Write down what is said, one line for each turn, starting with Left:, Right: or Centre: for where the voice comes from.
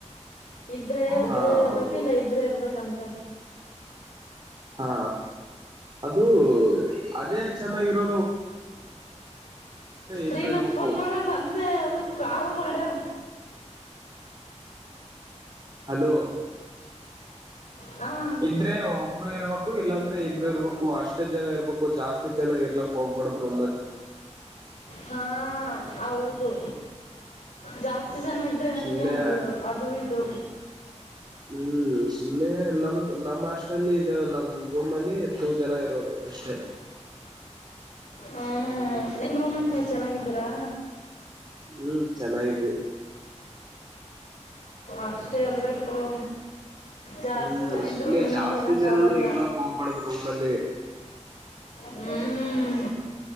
Left: ಇದ್ರೆ ಒಬ್ರೇ
Right: ಹಾ
Left: ಇರ್ಬೇಕುಲ್ಲ
Right: ಹೌದು
Left: ಇಬ್ರೇ ಇರ್ಬೇಕಂತ
Right: ಹಾ ಅದು ಅದೇ ಚೆನ್ನಾಗಿರೋ ಇಬ್ರು
Left: ರೀನಾಕ್
Right: ಇರ್ಬೇಕು
Left: ಫೋನ್ ಮಾಡಣ ಅಂದೇ ಅದು ಕ ಮಾಡಡರ
Right: ಹಲೋ
Left: ಹ
Right: ಇದ್ರೆ ಒಬ್ರು ಇರ್ಬೇಕು ಇಲ್ಲಾಂದ್ರೆ ಇಬ್ರು ಇರ್ಬೇಕು ಅಷ್ಟೇ ಜನ ಇರ್ಬೇಕು ಜಾಸ್ತಿ ಜನ ಇರ್ಲಕ್ ಹೋಗ್ಬಡ್ದ್ರು
Left: ಹಾ ಹೌದು ಜಾಸ್ತಿ ಜನ ಇದ್ರೆ ಹಂಗೆ
Right: ಸುಮ್ನೆ
Left: ಆಗೋದು ಅದು ಇದು
Right: ಹ್ಮ್ ಸುಮ್ನೆ ನಮ್ ನಮ್ ಆಸ್ಟಲ್ಲಿ ಇ ನಮ್ ರೂಮ್ ಅಲ್ಲಿ ಟೂ ಜನ ಇರೋದು ಕ್ಷ
Left: ಹ್ಮ ನಿಮ್ ರೂಮಟ್ ನೀವು ಚೆನ್ನಾಗಿದ್ದೀರಾ
Right: ಹ್ಮ್ ಚೆನ್ನಾಗಿದೆ
Left: ಅಷ್ಟೇ ಇರ್ಬೇಕರು ಜಾಸ್ತಿ
Right: ಹ್ಮ್
Left: ಜನ ಇದ್ರು
Right: ಸುಮ್ನೆ
Left: ರೂಮಲ್ಲಿ
Right: ಜಾಸ್ತಿ
Left: ಇರಕ್ಕ
Right: ಜನನು
Left: ಆಗಲ್ಲ
Right: ಇರ್ಲಾಕ್ ಹೋಗ್ಬಾರ್ದು ರೂಮ್ ಅಲ್ಲಿ
Left: ಹ್ಮ್